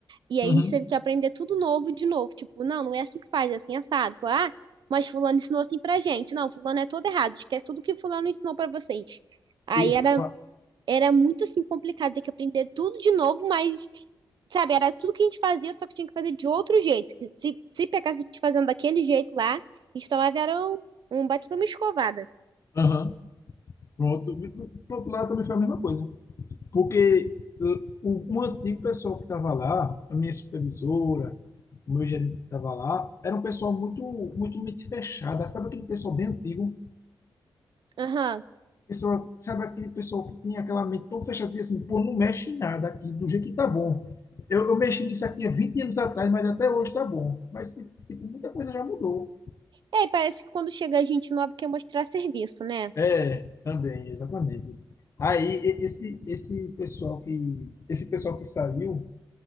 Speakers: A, on the right; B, on the left.
A: E aí
B: Uhum.
A: a gente teve que aprender tudo novo de novo. Tipo, não, não é assim que faz, é assim assado. Falar, ah, mas fulano ensinou assim pra gente. Não, fulano é todo errado. Esquece tudo que fulano ensinou pra vocês. Aí
B: E
A: era,
B: fa-
A: era muito assim complicado ter que aprender tudo de novo, mas, sabe, era tudo que a gente fazia, só que tinha que fazer de outro jeito. Se, se pegasse a gente fazendo daquele jeito lá, a gente tomava era um, um baita de uma escovada.
B: Aham. Pronto. Pro outro lado também foi a mesma coisa. Porque uh, o, o antigo pessoal que estava lá, a minha supervisora, o meu gerente que estava lá, era um pessoal muito, muito mente fechada. Sabe aquele pessoal bem antigo,
A: Aham.
B: Pessoa, sabe aquele pessoal que tem aquela mente tão fechada, diz assim, pô, não mexe em nada aqui, do jeito que tá bom. Eu, eu mexi nisso aqui há 20 anos atrás, mas até hoje tá bom. Mas, tipo, muita coisa já mudou.
A: E aí parece que quando chega a gente nova quer mostrar serviço, né?
B: É, também, exatamente. Aí, e- esse, esse pessoal que, esse pessoal que saiu